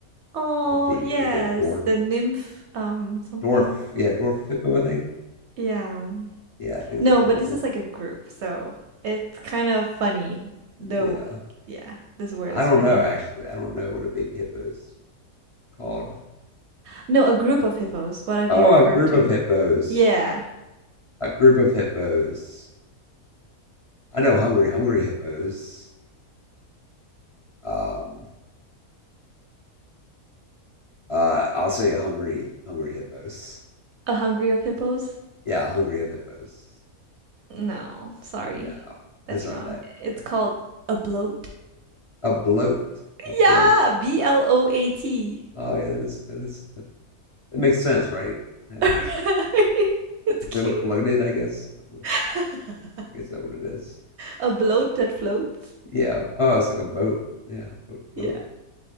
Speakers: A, on the right; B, on the left.
A: Oh,
B: on TV,
A: yes,
B: like that dwarf,
A: the nymph. Um, something.
B: dwarf, yeah, dwarf hippo. I think,
A: Yeah.
B: yeah, I think it's
A: No,
B: adorable.
A: but this is like a group, so it's kind of funny. Though,
B: Yeah,
A: yeah, this word
B: I
A: is
B: don't
A: funny.
B: know actually. I don't know what a baby hippo is called.
A: No, a group of hippos. What are they
B: Oh,
A: referred
B: a group
A: to?
B: of hippos.
A: Yeah,
B: A group of hippos. I know hungry, hungry hippos. Um, uh, I'll say hungry, hungry hippos.
A: a hungry of hippos.
B: Yeah, hungry of hippos.
A: No, sorry.
B: No,
A: That's
B: that's not
A: wrong.
B: that.
A: It's
B: Yeah,
A: called
B: okay.
A: a bloat.
B: A bloat. A bloat.
A: Yeah, B L O A T.
B: Oh yeah, that is that is that, that makes sense, right? That
A: <laughs>
B: makes sense because
A: it's cute.
B: they look bloated. I guess. I don't know.
A: <laughs>
B: I guess that what it is.
A: A bloat that floats.
B: Yeah. Oh, it's like a boat. Yeah, boat bloat.
A: Yeah.